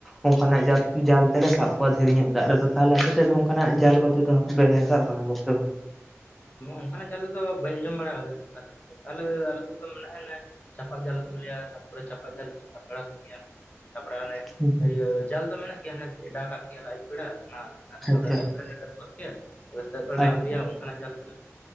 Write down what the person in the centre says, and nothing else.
ᱚᱱᱠᱟ ᱱᱟᱜ
ᱡᱟᱞ ᱡᱟᱞ ᱛᱮ ᱞᱮ ᱥᱟᱵ ᱠᱚᱣᱟ ᱫᱷᱤᱨᱤ ᱧᱚᱜ ᱫᱟᱜ ᱨᱮ ᱫᱚ ᱛᱟᱦᱟᱞᱮ ᱟᱯᱮ ᱥᱮᱫ ᱫᱚ ᱚᱱᱠᱟ ᱱᱟᱜ ᱡᱟᱞ ᱠᱚᱛᱮ ᱫᱚ ᱦᱟᱹᱠᱩ ᱥᱟᱵ ᱵᱟᱲᱟ ᱠᱚᱜᱮ ᱛᱚ?
ᱵᱟᱝ
ᱟᱪᱪᱷᱟ
ᱟᱪᱪᱷᱟ